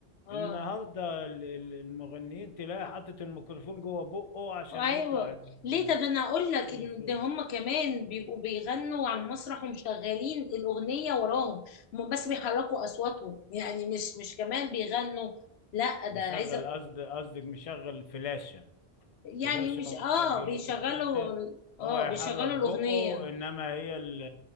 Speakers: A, on the left; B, on the left.
A: اه
B: النهارده ال- ال- المغنيين تلاقي حاطط الميكروفون جوه بقه عشان
A: ايوه
B: يطلع ال-
A: ليه طب انا اقول لك
B: الصوت
A: ان ده هم كمان بيبقوا بيغنوا على المسرح ومشغلين الاغنيه وراهم هم بس بيحركوا اصواتهم يعني مش مش كمان بيغنوا لا ده
B: مشغل
A: عايزه
B: قصد قصدك مشغل فلاشة
A: يعني
B: فلاشة
A: مش
B: ومسجل
A: اه بيشغلوا
B: الفلاشة
A: اه
B: هو يحرك
A: بيشغلوا
B: بقه
A: الاغنيه
B: انما هي ال-